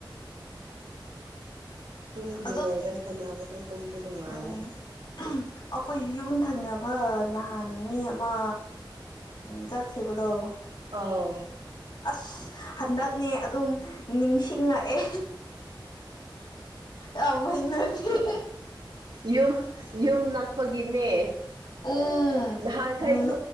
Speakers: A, on the right; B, on the left.
A: ꯇꯨꯝꯗ꯭ꯔꯤꯉꯩꯗ
B: ꯑꯗꯣ
A: ꯁꯥꯟꯅꯕꯗꯣ ꯇꯨꯝꯕ ꯅꯨꯡꯉꯥꯏꯔꯦ
B: ꯎꯝ ꯑꯩꯈꯣꯏ ꯌꯨꯝ ꯊꯪꯅꯕ ꯅꯍꯥꯟ ꯃꯤ ꯑꯃ ꯆꯠꯈꯤꯕꯗꯣ
A: ꯑꯥꯎ
B: ꯑꯁ ꯍꯟꯗꯛꯅꯦ ꯑꯗꯨꯝ ꯅꯤꯡꯁꯤꯡꯉꯛꯑꯦ ꯌꯥꯝ ꯍꯩꯅꯗꯤꯌꯦ
A: ꯌꯨꯝ ꯌꯨꯝ ꯅꯛꯄꯒꯤꯅꯦ
B: ꯎꯝ
A: ꯅꯍꯥꯟꯈꯩꯁꯨ
B: ꯎꯝ